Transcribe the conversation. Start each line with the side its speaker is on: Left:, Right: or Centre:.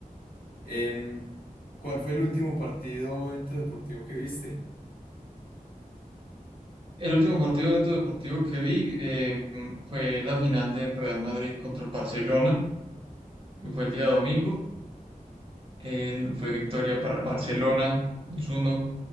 Left: Em, ¿cuál fue el último partido o evento deportivo que viste?
Right: El último partido de evento deportivo que vi eh, fue la final del Real Madrid contra el Barcelona. Fue el día domingo. Eh, fue victoria para el Barcelona dos uno